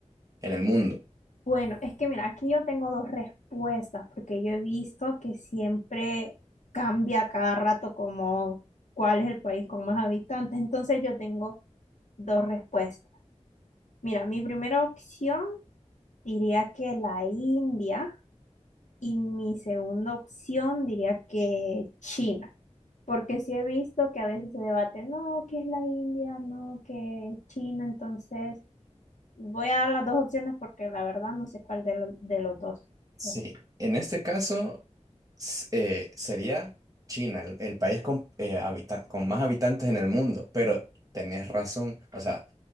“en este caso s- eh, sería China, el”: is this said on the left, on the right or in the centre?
Right